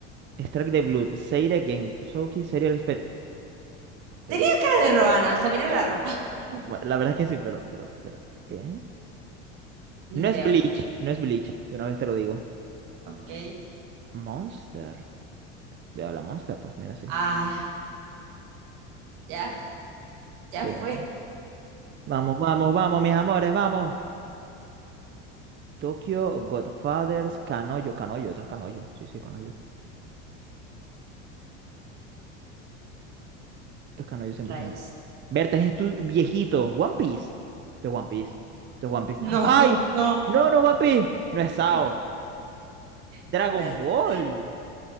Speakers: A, on the right; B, on the right.
A: Strike the Blood, Seire Gensouki Serial Expert. Pero,
B: Tenía cara de Roana, o sea, mira la ropa. <laughs>
A: bueno, la verdad es que sí, pero, pero, pero. ¿eh?
B: Ni
A: No
B: idea,
A: es Bleach,
B: oiga.
A: no es Bleach, de una vez te lo digo.
B: Ok.
A: Monster. De a la Monster, pues mira, sí.
B: Ah, ya, ya
A: Sí,
B: fue.
A: era más. Vamos, vamos, vamos, mis amores, vamos. Tokyo, Godfathers, Canoyo, Canoyo, esto es Canoyo. Sí, sí, Canoyo. Esto es Canoyo 100%.
B: Rayos.
A: Berta, es tu viejito. One Piece. Esto es One Piece. Esto es One Piece.
B: No,
A: ¡Ay!
B: no.
A: No, no, es One Piece. No es Sao.
B: <laughs>
A: Dragon
B: No puede
A: Ball.
B: ser.